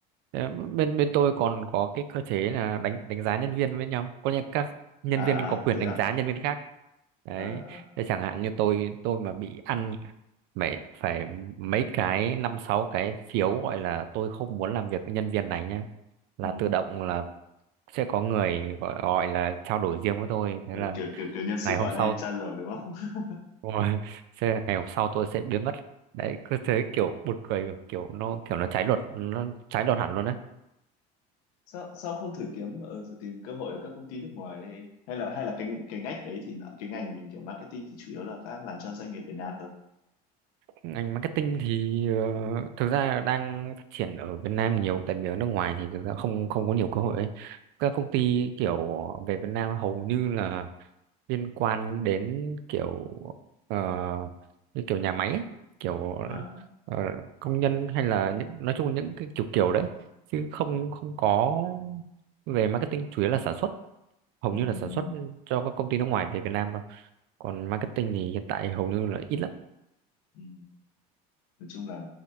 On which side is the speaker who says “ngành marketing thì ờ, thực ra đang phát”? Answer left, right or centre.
Right